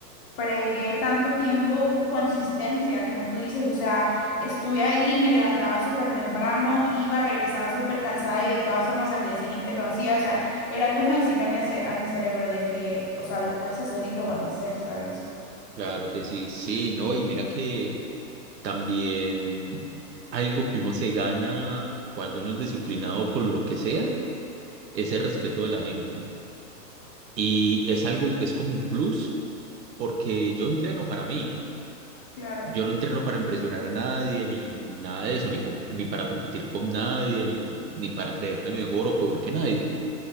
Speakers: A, on the left; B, on the right.
A: fregué tanto tiempo consistencia, como tú dices, o sea, estuve ahí, me levantaba súper temprano, iba, regresaba súper cansada y de todas formas al día siguiente lo hacía, o sea, era como decirle a mi, ace- a mi cerebro de que, o sea, lo puedes hacer y lo vas a hacer, ¿sabes?
B: Claro que sí, sí, no, y mira que también algo que uno se gana cuando uno es disciplinado con lo que sea es el respeto de la gente. Y es algo, es como un plus, porque yo entreno para mí.
A: Claro.
B: Yo no entreno para impresionar a nadie, ni nada de eso, ni, com- ni para competir con nadie, ni, ni para creerme mejor o peor que nadie.